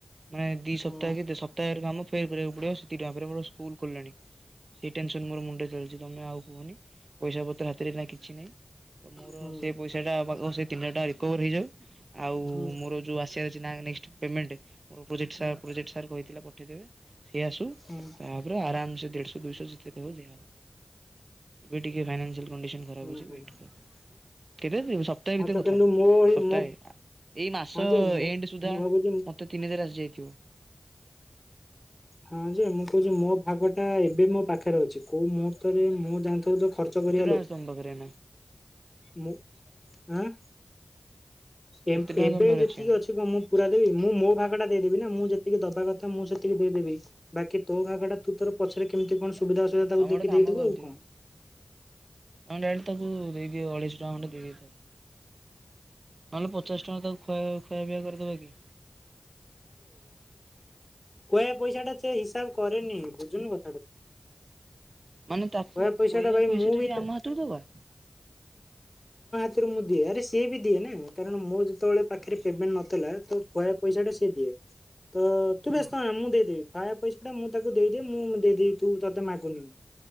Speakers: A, on the right (about 65°); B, on the left (about 25°).
A: ମାନେ ଦିସପ୍ତାହରୋମ
B: ହୁଁ
A: ଫେ କରିବାକୁ ପଡିବି ସ୍କୁଲ ଖୋଲିଲାଣି ମୋ ମୁଣ୍ଡ ମିଳିଛି ତମେ ଆଉ ପୁଣି ପଇସା ପତ୍ର ହାତରେ ନା କିଛି ନାହିଁ ତ ମୋର
B: ହୁଁ
A: ସେ ପଇସାଟା ସେଇଥି ପାଇଁ ରିକଭର ହେଇଯାଉ ଆଉ
B: ହୁଁ
A: ମୋର ଯେଉଁ ଆସିବାର ଅଛି ନା ନେକ୍ସଟ ପେମେଣ୍ଟ ମୋର ପ୍ରୋଜେକ୍ଟ ସାର
B: ହୁଁ
A: ପ୍ରୋଜେକ୍ଟ ସାର କହିଥିଲା ପଠେଇଦେବେ ସେ ଆସୁ
B: ହୁଁ
A: ତା ପରେ ଆରାମ ସେ ଦେଢ଼ଶହ ଦୁଇଶହ ସିକ୍ରେଟ ହବ ଦିଆହବ। ଏବେ ଟିକେ ଫାଇନାନସିଆଲି କଣ୍ଡିସନ ଖରାପ
B: ହୁଁ
A: ଅଛି
B: ହୁଁ
A: ୱେଟ କର କେରେଇ ଦେବି ସପ୍ତାହେ
B: ହଁ
A: ଭିତର
B: ତ କିନ୍ତୁ
A: କଥା
B: ମୋ
A: ସପ୍ତାହେ
B: ମୋ
A: ଏଇ ମାସ
B: ହଁ ଯେ ମୁଁ
A: ଏଣ୍ଡ ସୁଦ୍ଧା
B: ମୁଁ ଭାବୁଛି
A: ମତେ ତିନିଦି ରାଜି। କିଉଁ?
B: ହଁ ଯେ ମୁଁ କହୁଚି ମୋ ଭାଗ ଟା ଏବେ ମୋ ପାଖେରେ ଅଛି କୋଉ ମୁହୂର୍ତ୍ତରେ ମୁଁ ଜାଣିଥିବ ତ ଖର୍ଚ୍ଚ କରିବା
A: କେତେ ଟଙ୍କା ଅଛି ତମ ପାଖରେ ଏଇନା।
B: ମୁଁ ଆଁ। କେମ
A: କେତେ ଟଙ୍କା
B: ଏବେ
A: ତମ ପାଖରେ
B: ଯେତିକି
A: ଏଇନା
B: ଅଛି କ ମୁଁ ପୁରା ଦେବି ମୁଁ ମୋ ଭାଗ ଟା ଦେଇଦେବି ନା ମୁଁ ଯେତିକି ଦବା କଥ ଥା ମୁଁ ସେତିକି ଦେଇଦେବି ବାକି ତୋ ଭାଗ ଟା ତୁ ତୋର ପଛରେ କେମିତି କଣ ସୁବିଧା ଅସୁବିଧା ତାକୁ
A: ତମେ ଗୋଟେ
B: ଦେଖି
A: କାମ
B: ଦେଇଦବୁ
A: କରିଦିଅ
B: ଆଉ କଣ।
A: ତମେ ଡାଇରେକ୍ଟ ତାକୁ ଦେଇ ଦିଅ ଅଢେଇଶ ଟଙ୍କା ଖଣ୍ଡେ ଦେଇ ଦେଇ ଥାଅ। ନହେଲେ ପଚାଶ ଟଙ୍କା ତାକୁ ଖୁଆ ଖାଇବା ପିଇବା କରିଦବା କି।
B: କୁଏ ପଇସା ଟା ଚେ ହିସାବ କରିନି ବୁଝୁନୁ କଥାଟା ତୁ।
A: ମାନେ ତାକୁ
B: କୋୟା ପଇସା
A: ଖୁଆଇବା
B: ଟା ଭାଇ
A: ପଇସା
B: ମୁଁ
A: ଟା ବି
B: ତା
A: ଆମ ହାତରୁ ଦବା।
B: ତୁରୁ ମୁଁ ଦିଏ ଆରେ ସି ବି ଦିଏ ନା କାରଣ ମୋର ଯୋ ତବେଳେ ପାଖେରେ
A: ଓହୋ ସିଏ
B: ପେମେଣ୍ଟ ନଥିଲା ତ ଖୁଆଇବା ପଇସା ଟା ସିଏ ଦିଏ ତ ତୁ
A: ହଁ
B: ବ୍ୟସ୍ତ ହନା ମୁଁ ଦେଇଦବି ଖାଇବା ପଇସା ମୁଁ ତାକୁ ଦେଇଦି ମୁଁ। ଦେଇି ଦେବି ତୁ ତୋତେ ମାଗୁନି।